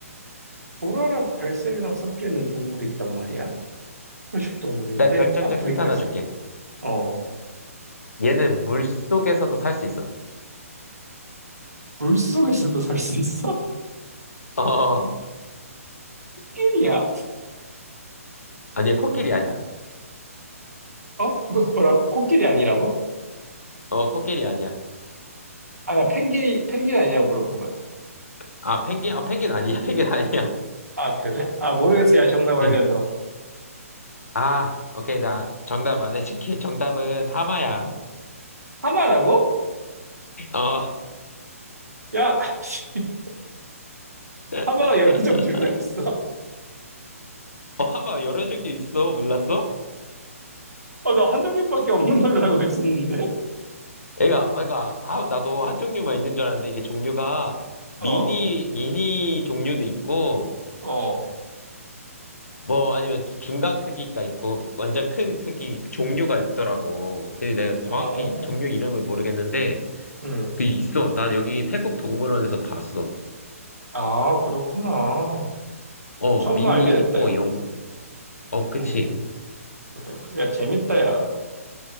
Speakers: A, on the right; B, on the left.
A: 보라랑 갈색이랑 섞여 있는 동물이 있단 말이야? 초식 동물인데,
B: 나 결정적
A: 아프리카에서.
B: 힌트 하나 줄게.
A: 어,
B: 얘는 물 속에서도 살 수 있어. <laughs>
A: 물속에서도 살 수 있어?
B: 어, 어.
A: <laughs> 코끼리야?
B: 아니, 코끼리 아니야.
A: 어? 뭐라고? 코끼리 아니라고?
B: 어, 코끼리 아니야.
A: 아, 나 펭귄이, 펭귄 아니냐고 물어본 거야.
B: 아, 펭귄? 어, 펭귄 아니야, <laughs> 펭귄 아니야.
A: 아, 그래? 아, 모르겠어. 야, 정답 알려줘.
B: 응. 아, 오케이, 나 정답 안 해줄게. 정답은 하마야.
A: 어. 하마라고?
B: 어,
A: 야, <laughs> 씨,
B: <laughs>
A: 하마가 여러 종류가 있어.
B: 어, 하마 여러 종류 있어. 몰랐어?
A: 어, 나 한 종류밖에 없는 걸로 알고 있었는데?
B: 애가, 애가, 하- 나도 한 종류만 있는 줄 알았는데 이게 종류가 미니,
A: 어,
B: 미니 종류도 있고,
A: 어,
B: 뭐 아니면 중간 크기가 있고, 완전 큰 크기 종류가 있더라고. 근데 내가 정확히
A: 어,
B: 종류 이름을 모르겠는데,
A: 음.
B: 그 있어. 난 여기 태국 동물원에서 봤어.
A: 아, 그렇구나.
B: 어,
A: 처음
B: 미니
A: 알게
B: 힙보
A: 됐다, 야.
B: 이런 거. 어, 그치.
A: 음, 그래. 그래. 야, 재밌다, 야.